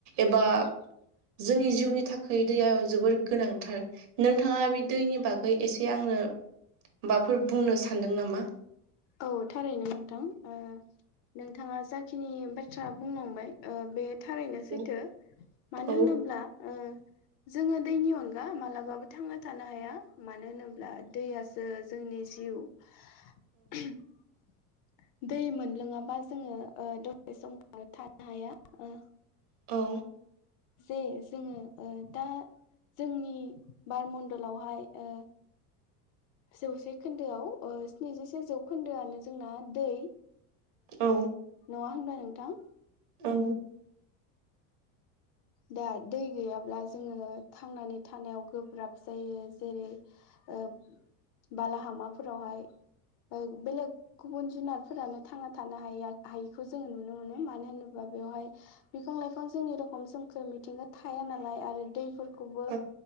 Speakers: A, on the right; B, on the left.
A: एबा जोंनि जिउनि थाखाय दैया जोबोर गोनांथार। नोंथाङा बे दैनि बागै एसे आंनो माबाफोर बुंनो सानदों नामा?
B: औ थारैनो नोंथां ओ नोंथाङा जाखिनि बाथ्रा बुंलांबाय ओ बे थारैनो सैथो
A: औ
B: मानो
A: औ
B: होनोब्ला
A: <inaudible>
B: ओ जोङो दैनि अनगा मालाबाबो थांना थानो हाया मानो होनोब्ला दैयासो जोंनि जिउ
A: <inaudible>
B: <inaudible> दै मोनलोङाबा जोङो ओ दसे समखौनो थानो हाया ओ
A: औ
B: जे जोङो ओ दा जोंनि बार मणडलावहाय ओ जौसे खोन्दोआव स्निजिसे जौखोन्दोआनो जोंना दै।
A: औ
B: नङा होनब्ला नोंथां।
A: औ
B: दा दै गैयाब्ला जोङो थांनानै थानायाव गोब्राब जायो जेरै ओ बालाहामाफोरावहाय ओ बेलेग गुबुन जुनारफोरानो थांना थानो हाय हायिखौ जोङो नुनो मोनो मानो होनोबा बेवहाय बिफां लाइफां जोंनि रखोम सोमखोर मिथिंगा थाया नालाय आरो दैफोरखौबो
A: औ